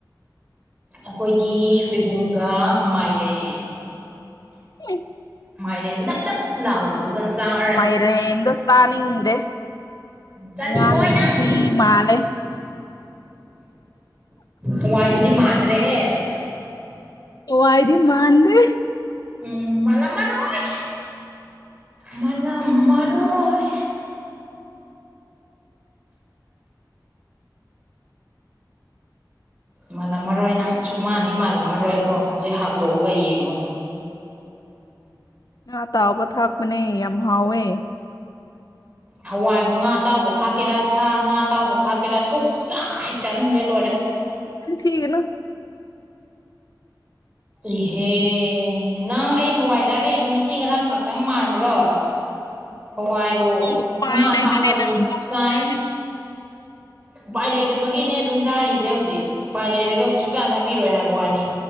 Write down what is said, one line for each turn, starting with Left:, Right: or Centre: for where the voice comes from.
Right: ꯑꯩꯈꯣꯏꯗꯤ ꯁꯣꯏꯕꯨꯝꯒ ꯃꯥꯏꯔꯦꯟ
Left: <unintelligible>
Right: ꯃꯥꯏꯔꯦꯟ ꯅꯞ ꯅꯞ ꯂꯥꯎꯕꯟ ꯗꯨꯒ ꯆꯥꯔ
Left: ꯃꯥꯏꯔꯦꯟꯗꯣ ꯆꯥꯅꯤꯡꯗꯦ
Right: ꯆꯥꯅꯤꯡꯉꯣꯏ
Left: ꯑꯉꯥꯡꯒꯤ
Right: ꯅꯪ
Left: ꯊꯤ ꯃꯥꯜꯂꯦ
Right: ꯍꯋꯥꯏꯗꯨꯗꯤ ꯃꯥꯟꯗ꯭ꯔꯦꯍꯦ
Left: ꯑꯣ ꯍꯥꯏꯥꯏꯗꯤ ꯃꯥꯥꯟꯗꯦ
Right: ꯎꯝ ꯃꯥꯂ ꯃꯔꯔꯣꯏ ꯃꯥꯂ ꯃꯔꯔꯣꯏꯑꯣꯏ ꯃꯥꯜꯂꯝꯃꯔꯣꯏ ꯅꯪ ꯁꯨꯃꯥꯟꯅ ꯍꯦꯛ ꯃꯥꯜꯂꯝꯃꯔꯣꯏꯀꯣ ꯍꯧꯖꯤꯛ ꯍꯥꯡꯗꯣꯛꯑꯒ ꯌꯦꯡꯉꯣ
Left: ꯑꯥ ꯇꯥꯎꯕ ꯊꯥꯛꯄꯅꯦ ꯌꯥꯝ ꯍꯥꯎꯋꯦ
Right: ꯍꯋꯥꯏꯕꯨ ꯉꯥ ꯑꯇꯥꯎꯕ ꯊꯥꯛꯀꯦꯔꯥ ꯁꯥ ꯉꯥ ꯑꯇꯥꯎꯕ ꯊꯥꯛꯀꯦꯔꯥ ꯁꯨꯛꯆ ꯍꯦꯛ ꯆꯥꯅꯤꯡꯗꯦ ꯂꯣꯏꯔꯦ
Left: ꯅꯨꯡꯁꯤꯒꯅꯨ
Right: ꯏꯍꯦ ꯅꯪ ꯑꯩ ꯍꯋꯥꯏ ꯆꯥꯔꯛꯏꯁꯦ ꯉꯁꯤ ꯉꯔꯥꯡ ꯈꯛꯇꯪ ꯃꯥꯟꯕ꯭ꯔꯣ ꯍꯋꯥꯏꯕꯨ
Left: ꯎꯄꯥꯏ
Right: ꯉꯥ
Left: ꯂꯩꯗꯨꯗꯤ
Right: ꯊꯥꯛꯑꯒꯁꯨ
Left: ꯅꯪ ꯑꯗꯨꯝ
Right: ꯆꯥꯏ
Left: ꯆꯥꯒꯅꯤ
Right: ꯎꯄꯥꯏ ꯂꯩꯇꯕꯒꯤꯅꯦ ꯑꯗꯨꯝ ꯆꯥꯔꯤꯁꯦ ꯍꯧꯖꯤꯛ ꯎꯄꯥꯏ ꯂꯩꯔꯒꯕꯨ ꯁꯨꯛꯆꯥ ꯆꯥꯕꯤꯔꯣꯏ ꯍꯥꯏꯕ ꯋꯥꯅꯤ